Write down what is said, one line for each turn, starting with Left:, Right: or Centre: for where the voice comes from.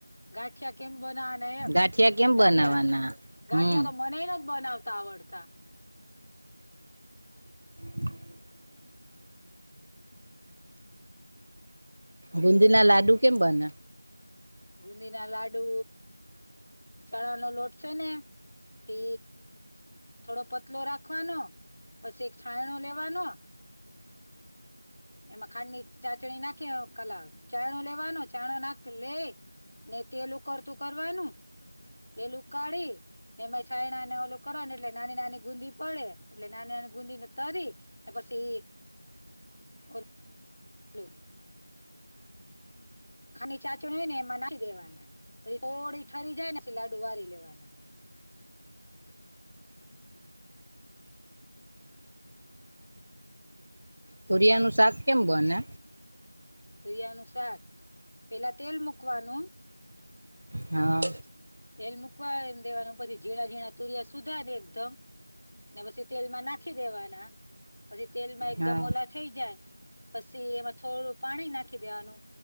Left: ગાંઠિયા કેમ બનાવાના એમગાઠિયા
Right: ગાંઠિયા કેમ બનાવવાના
Left: ગાંઠિયા
Right: હમ
Left: તો મનેએ નથબનાવતા આવડતા.
Right: <inaudible> ગુંદી ના લાડુ કેમ બને?
Left: ગુંદીી ના લાડુ ચણા નો લોટ છે ને તે થોડો પતલો રાખવાનો પછી એક છાંણો લેવાનો એમાં ખાંડની ચાચણી નાખી કલા ચાયણો લેવાનો ચાયણો નાખી લ ઇ ને તેલ ઉ કરકરવાનું તેલું ઉકાાઢી ને એમાં છાય ના ને ઓલું કરવાો ને એટલે નાની નાની ગુંદીી પડે એટલે નાની નાની ગુંદીી ને તરી એ પછી ઓ <unintelligible> હલો <unintelligible> ખાડની ચાચણી હોય ને એમાં નાખી દેવાના પછી થોડી ઠરી જાય ને પી લાડુ વારી લેવાના.
Right: તુરિયા નું શાક કેમ બને?
Left: તોરિયા નુ શાક પેલા તેલ મુૂકવાનું
Right: હા.
Left: તેલ મૂકવા દેવાનું પછી ઝીણા ઝીણા તુરિયા સુધરી એકદમ ને પછી તેલમાં નાખી દેવાના પછી તેલ માં એકદમ
Right: હા
Left: ઓલા થઈ જાય પછી એમાં થોડું પાણી નાખી દેવાનું